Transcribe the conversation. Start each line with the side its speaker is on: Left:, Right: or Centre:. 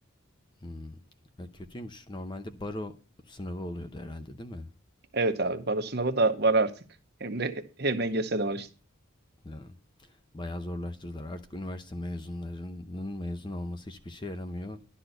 Left: hmm, e, kötüymüş. Normalde baro sınavı oluyordu herhalde değil mi?
Right: Evet abi baro sınavı da var artık. Hem de HMGS de var işte.
Left: Ya, bayağı zorlaştırdılar. Artık üniversite mezunlarının mezun olması hiçbir şey yaramıyor.